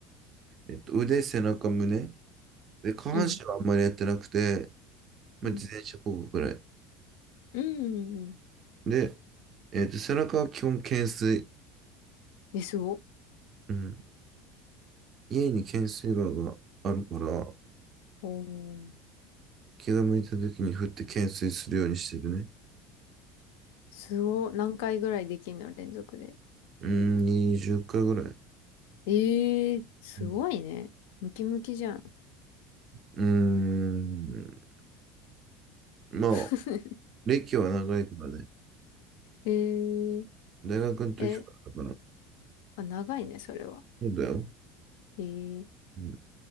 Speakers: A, on the right; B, on the left.
A: えっと、腕、背中、胸。で、下半身はあんまりやってなくて、
B: うん。
A: まあ、
B: うん。
A: 自転車こぐくらい。
B: うん。うんうん
A: で、えっと、背中は基本懸垂。
B: え、すご。
A: うん。家に懸垂バーがあるから、
B: おー。
A: 気が向いた時に振って懸垂するようにしてるね。
B: すご。何回ぐらいできんの連続で。
A: うーん、20回ぐらい。
B: えー、すごいね。
A: うん。
B: ムキムキじゃん。
A: うーん。まあ、
B: <laughs>
A: 歴は長いからね。
B: えー、
A: 大学の時からだから。
B: え、あ、長いね、それは。
A: そうだよ。
B: えー、
A: うん。